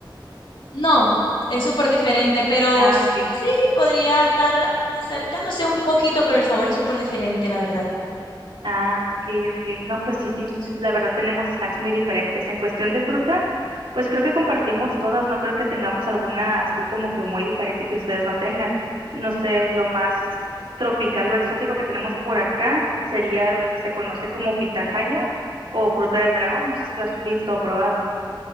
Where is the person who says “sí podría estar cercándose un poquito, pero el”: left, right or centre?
Left